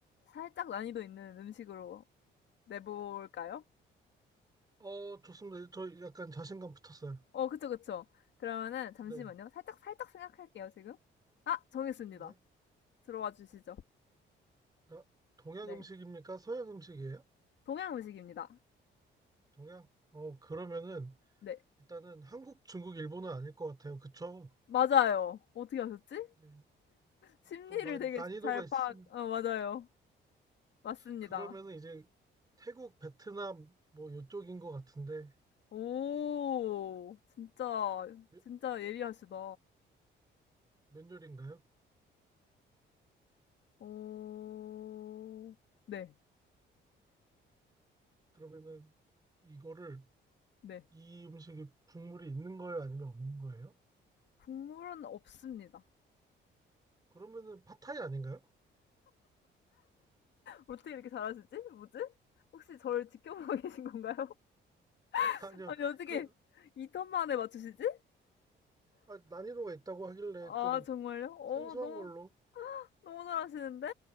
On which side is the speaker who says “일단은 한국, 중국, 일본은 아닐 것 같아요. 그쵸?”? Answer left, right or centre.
Right